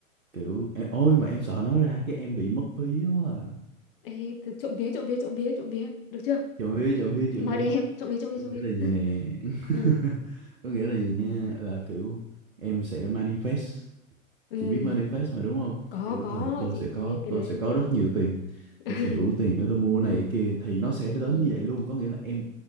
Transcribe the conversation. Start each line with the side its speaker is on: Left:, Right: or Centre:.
Right: kiểu em, ôi mà em sợ nói ra cái em bị mất phí quá à
Left: Ê, thì trộm vía trộm vía trộm vía trộm vía Được chưa
Right: trộm
Left: Ừ.
Right: vía trộm vía trộm
Left: Nói
Right: vía
Left: đi em trộm vía trộm vía
Right: có
Left: trộm
Right: nghĩa
Left: vía
Right: là gì nè <laughs>
Left: Ừ
Right: có nghĩa là gì nha là kiểu em sẽ manifest
Left: Ừ
Right: chị biết manifest mà đúng không
Left: có
Right: kiểu
Left: có
Right: ừ, tôi
Left: chị
Right: sẽ
Left: biết
Right: có
Left: cái
Right: tôi
Left: đấy
Right: sẽ có rất nhiều tiền
Left: <laughs>
Right: tôi sẽ đủ tiền để tôi mua này cái kia thì nó sẽ đến
Left: ừ.
Right: như vậy luôn có nghĩa là em